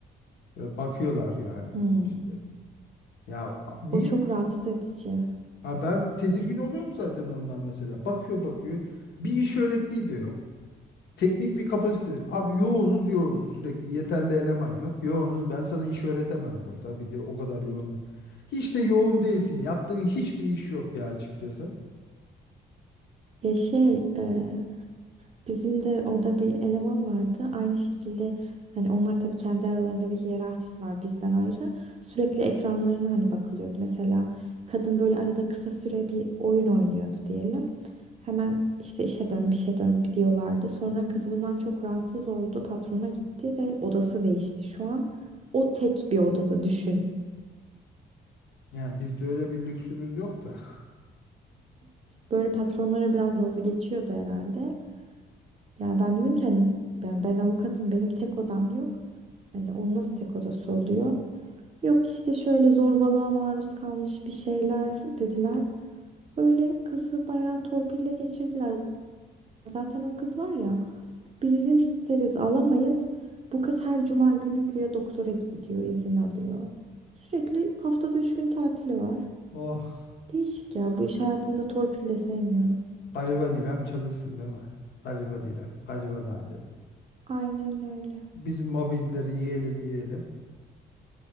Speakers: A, on the left; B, on the right.
A: Böyle Bakıyorlar yani
B: Hmm,
A: işte. Ya a- niye
B: o çok rahatsız edici.
A: Ha ben tedirgin oluyorum zaten ondan mesela. Bakıyor bakıyor. Bir iş öğrettiği de yok. Teknik bir kapasite. Abi yoğunuz yoğunuz. Sürekli yeterli eleman yok. Yoğunuz. Ben sana iş öğretemem burada. Bir de o kadar yoğun. Hiç de yoğun değilsin. Yaptığın hiçbir iş yok ya açıkçası.
B: Ya şey, e, Bizim de orada bir eleman vardı. Aynı şekilde hani onlar tabii kendi aralarında bir hiyerarşisi var bizden ayrı. Sürekli ekranlarına hani bakılıyordu. Mesela kadın böyle arada kısa süre bir oyun oynuyordu diyelim. Hemen işte işe dön, bir şey dön diyorlardı. Sonra kız bundan çok rahatsız oldu. Patrona gitti ve odası değişti şu an. O tek bir odada düşün.
A: Yani bizde öyle bir lüksümüz yok da. <laughs>
B: Böyle patronlara biraz nazı geçiyordu herhalde. Yani ben dedim ki hani ben, ben avukatım benim tek odam yok. Hani onun nasıl tek odası oluyor? Yok işte şöyle zorbalığa maruz kalmış bir şeyler dediler. Öyle kızı bayağı torpille geçirdiler. Zaten o kız var ya biz izin isteriz alamayız. Bu kız her cuma günü güya doktora gidiyor izin alıyor. Sürekli haftada üç gün tatili var.
A: Oh.
B: Değişik ya bu iş hayatında torpil de sevmiyorum.
A: Gariban İrem çalışsın değil mi? Gariban İrem. Gariban Adem.
B: Aynen öyle.
A: Biz mobbingleri yiyelim yiyelim.